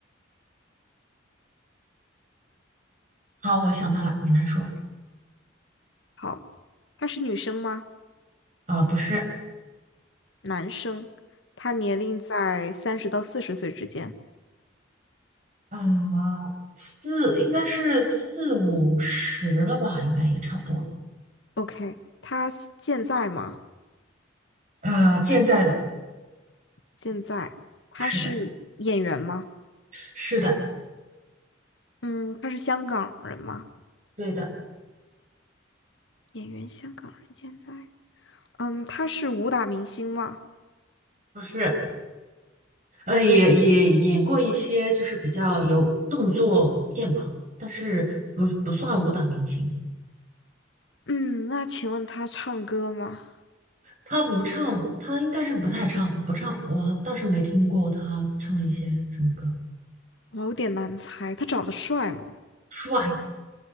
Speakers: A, on the right (about 40°); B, on the left (about 65°).
A: 好，我想到了，你来说
B: 好，他是女生吗？
A: 啊，不是，
B: 男生，他年龄在三十到四十岁之间。
A: 啊，四应该是四五十了吧，应该也差不多，
B: OK，他现在吗？
A: 呃，健在的，
B: 现在，他是演员吗？
A: 是的，是的，
B: 嗯，他是香港人吗？
A: 对的，
B: 演员，香港人，现在，嗯，他是武打明星吗？
A: 不是，呃，也也演过一些就是比较有动作片吧，但是不不算武打明星，
B: 嗯，那请问他唱歌吗？
A: 他不唱，他应该是不太唱，不唱。我倒是没听过他唱一些什么歌。
B: 我有点难猜，他长得帅吗？
A: 帅，